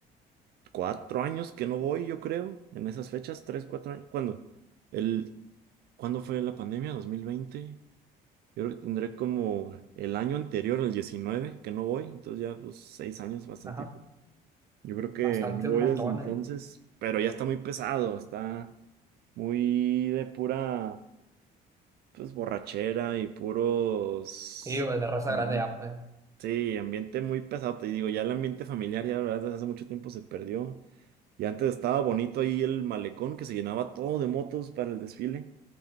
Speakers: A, on the right; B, on the right.
A: cuatro años que no voy, yo creo, en esas fechas, tres, cuatro años. ¿Cuándo? El, ¿cuándo fue la pandemia? dos mil veinte Yo creo que tendré como el año anterior, el 19 que no voy, entonces ya pues seis años, bastante.
B: ajá.
A: Yo creo que
B: Bastante,
A: no
B: un
A: voy
B: montón,
A: desde entonces,
B: ¿eh?
A: pero ya está muy pesado, está muy de pura, pues, borrachera y puros...
B: Sí, o de raza
A: mm,
B: grande ya, pues.
A: Sí, ambiente muy pesado, te digo, ya el ambiente familiar ya, la verdad, desde hace mucho tiempo se perdió. Y antes estaba bonito ahí el malecón que se llenaba todo de motos para el desfile.